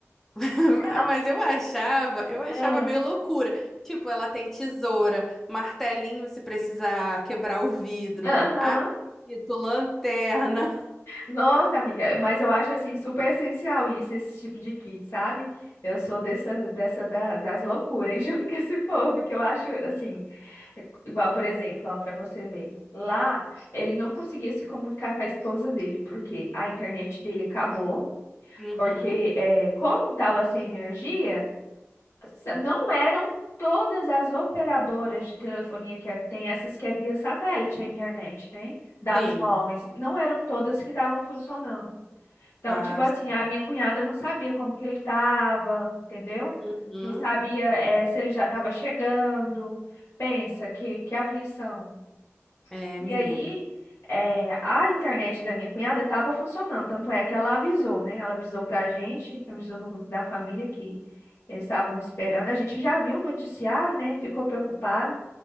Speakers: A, in the centre; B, on the left.
A: <laughs>
B: Ela-
A: Mas eu achava, eu achava
B: Ah,
A: meio loucura. Tipo, ela tem tesoura, martelinho se precisar quebrar o vidro,
B: Aham.
A: apito, lanterna.
B: Nossa, amiga, mas eu acho assim super essencial isso, esse tipo de kit, sabe? Eu sou dessa, dessa da- das loucuras <laughs> junto com esse povo, que eu acho assim, igual, por exemplo, ó, para você ver. Lá, ele não conseguia se comunicar com a esposa dele, porque a internet dele acabou,
A: Uhum,
B: porque é, como tava sem energia. sa- não eram todas as operadoras de telefonia que é- tem essas que é via satélite a internet, né? Dados
A: sim.
B: móveis, não eram todas que estavam funcionando. Então,
A: Ah,
B: tipo assim,
A: sim.
B: a minha cunhada não sabia como que ele estava, entendeu?
A: Uhum.
B: Não sabia eh, se ele já estava chegando. Pensa que que aflição.
A: É,
B: E
A: menina.
B: aí, eh, a internet da minha cunhada estava funcionando, tanto é que ela avisou, né? Ela avisou para a gente, avisou no grupo da família que eles estavam esperando. A gente já viu o noticiário, né? Ficou preocupado,